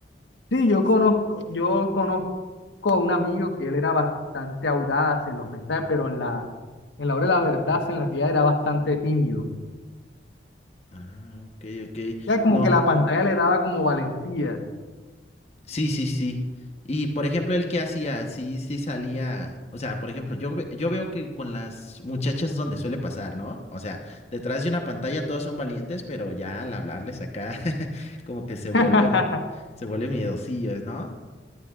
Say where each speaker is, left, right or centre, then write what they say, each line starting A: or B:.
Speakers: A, on the left (about 80°); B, on the left (about 35°).
A: Sí, yo conozco, yo conozco a un amigo que él era bastante audaz en los mensajes, pero en la, en la hora de la verdad, en la realidad era bastante tímido.
B: Ah, ok, ok.
A: Ya como
B: No,
A: que la pantalla le daba como valentía.
B: Sí, sí, sí. Y por ejemplo, él que hacía, sí, sí salía, o sea, por ejemplo, yo, ve- yo veo que con las muchachas es donde suele pasar, ¿no? O sea, detrás de una pantalla todos son valientes, pero ya al hablarles acá, <laughs> como que se vuelven,
A: <laughs>
B: se vuelven miedosillos, ¿no?